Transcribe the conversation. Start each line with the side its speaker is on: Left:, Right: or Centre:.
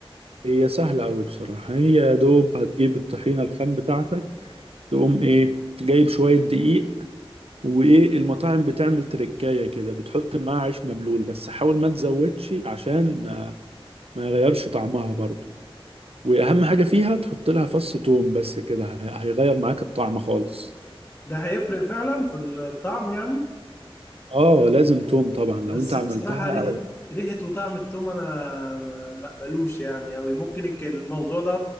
Right: هي سهلة قوي بصراحة هي يا دوب هتجيب الطحينة الخام بتاعتك تقوم ايه جايب شوية دقيق وايه المطاعم بتعمل تركاية كده بتحط معاها عيش مبلول بس حاول ما تزودش عشان آه، ما يغيرش طعمها برضو واهم حاجة فيها تحط لها فص توم بس كده هي- هيغير معاك الطعم خالص
Left: ده هيفرق فعلا في الطعم يعني
Right: اه لازم توم طبعا لو
Left: بس
Right: انت عملتها
Left: بصراحة ريحة ريحة وطعم التوم انا ما ما اقبلوش يعني قوي ممكن الك- الموضوع ده